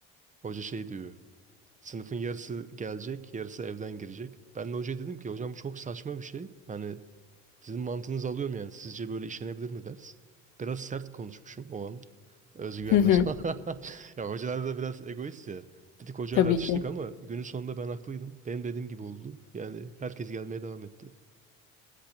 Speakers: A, on the right; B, on the left.
A: Hoca şey diyor. Sınıfın yarısı gelecek, yarısı evden girecek. Ben de hocaya dedim ki hocam bu çok saçma bir şey. Hani Sizin mantığınızı alıyorum yani. Sizce böyle işlenebilir mi ders? Biraz sert konuşmuşum o an. Özgüvenle
B: Hı hı.
A: falan. <laughs> Ya hocalar da biraz egoist ya. Bir tık hocayla
B: Tabii
A: atıştık
B: ki.
A: ama günün sonunda ben haklıydım. Benim dediğim gibi oldu. Yani herkes gelmeye devam etti.